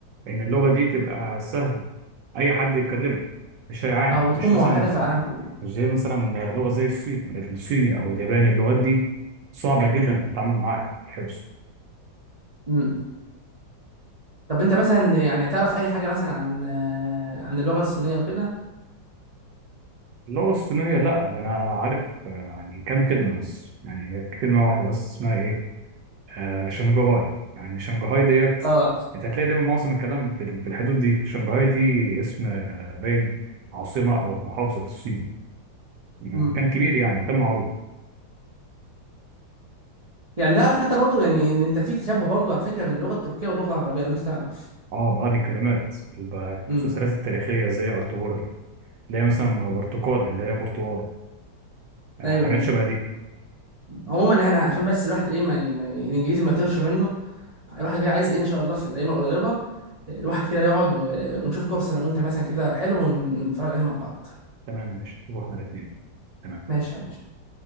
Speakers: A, on the right (about 75°); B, on the right (about 40°).
A: إن اللغة دي تبقى سهل أي حد يتكلمها مش هيعاني
B: اه وتكون
A: مش
B: موحده
A: مثلا
B: في العالم كله
A: مش زي مثلا لغة زي الصين الصيني أو الياباني اللغات دي صعبة جدا في التعامل معاها والحفظ
B: امم طب انت مثلا يعني تعرف اي حاجه مثلا عن آه، عن اللغه الصينيه وكده
A: اللغة الصينية لا ده أنا عارف آه، يعني كام كلمة بس يعني كلمة واحدة بس اسمها إيه آه شنغهاي يعني شنغهاي ديت
B: اه
A: أنت هتلاقي دايما معظم الكلام في ال- في الحدود دي شنغهاي دي اسم آه، باين عاصمة أو محافظة في الصين م-
B: امم
A: مكان كبير يعني مكان معروف
B: يعني تعرف حتى برضو يعني ان انت في تشابه برضو على فكره بين اللغه التركيه واللغه العربيه لو انت تعرف
A: اه بعض الكلمات اللي بقى
B: امم
A: في المسلسلات التاريخية زي أرطغرل اللي هي مثلا برتقال اللي هي برتقال آه،
B: ايوه
A: حاجات
B: ايوه
A: شبه دي
B: عموما احنا عشان بس الواحد ايه ما, ما الانجليزي ما يطيرش منه الواحد كده عايز ايه ان شاء الله في الايام القريبه الواحد كده يقعد و... ونشوف كورس انا وانت مثلا كده حلو ونتفرج عليه مع بعض
A: تمام ماشي شوفوا احنا الاتنين تمام
B: ماشي يا ماشي